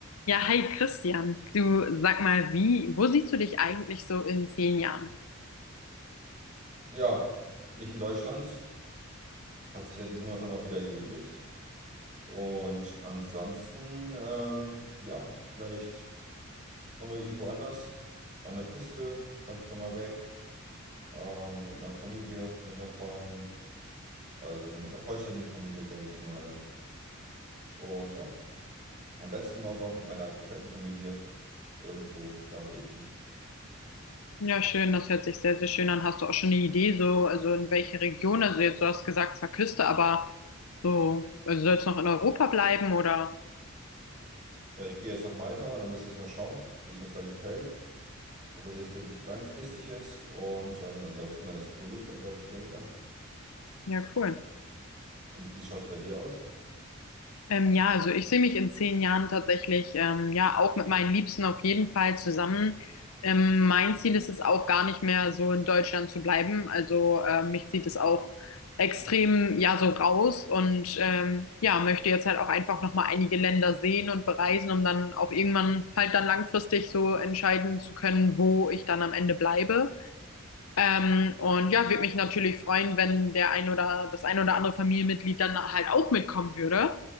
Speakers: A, on the left (about 80°); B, on the right (about 35°).
A: Ja, hi Christian. Du sag mal, wie, wo siehst du dich eigentlich so in zehn Jahren?
B: Ja, nicht in Deutschland. Hat sich ja diesen Monat dann auch wieder erübrigt. Und ansonsten, ähm, ja, vielleicht nochmal irgendwo anders. An der Küste, ganz normal weg. Ähm, mit einer Familie, mit einer vollen, also mit einer vollständigen Familie, sage ich mal. Und ja, am besten auch noch mit meiner kompletten Familie. Irgendwo, da sehe ich mich.
A: Ja, schön, das hört sich sehr, sehr schön an. Hast du auch schon eine Idee, so, also in welche Region? Also jetzt, du hast gesagt, zwar Küste, aber so, also soll es noch in Europa bleiben oder?
B: Ja, ich gehe jetzt nach Malta und dann müssen wir jetzt mal schauen, wie es uns da gefällt. Ob das jetzt wirklich langfristig ist. Und dann ansonsten, wenn das cool ist, dann bleibe ich gerne da.
A: Ja, cool.
B: Und wie schaut es bei dir aus?
A: Ähm, ja, also ich sehe mich in zehn Jahren tatsächlich ähm, ja auch mit meinen Liebsten auf jeden Fall zusammen. Ähm, mein Ziel ist es auch gar nicht mehr so in Deutschland zu bleiben. Also ähm, mich zieht es auch extrem ja so raus und ähm, ja möchte jetzt halt auch einfach noch mal einige Länder sehen und bereisen, um dann auch irgendwann halt dann langfristig so entscheiden zu können, wo ich dann am Ende bleibe. Ähm, und ja, würde mich natürlich freuen, wenn der ein oder das ein oder andere Familienmitglied dann halt auch mitkommen würde.